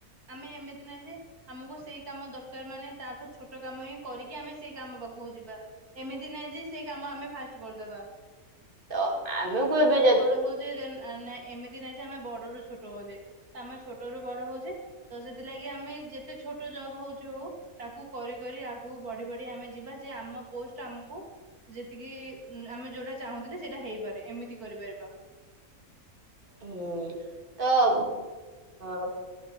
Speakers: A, on the right; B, on the right.
A: ଆମେ ଏମିତି ନାଁ ଯେ ଆମକୁ ସେଇ କାମ ଦରକାର ମାନେ ତାଠୁ ଛୋଟ କାମ ହିଁ କରିକି ଆମେ ସେଇ କାମ ପାଖକୁ ଯିବା। ଏମିତି ନାଇଁ ଯେ ସେଇ କାମ ଆମେ ଫାଷ୍ଟ କରିଦବା।
B: ତ ଆମେକୁ ଏବେ ଯ
A: ବୁଝେଇଦେନ ଆରେ ନାଇଁ ଏମିତି ନାଇଁ ଯେ ଆମେ ବଡରୁୁ ଛୋଟ ହଉଛେ ତ ଆମେ ଛୋଟରୁୁ ବଡ ହଉଛେ। ତ ସେଥିଲାଗି ଆମେ ଯେତେ ଛୋଟ ଜବ୍ ହଉଛି ହଉ ତାକୁ କରି କରି ଆଗକୁ ବଢି ବଢି ଆମେ ଯିବା ଯେ ଆମ ପୋଷ୍ଟ ଆମକୁ ଯେତିକି ଆମେ ଯୋଉଟା ଚାହୁଁଥିଲେ ସେଇଟା ହେଇପାରେ ଏମିତି କରିପାରିବା।
B: ହୁଁ ତ ହଉ।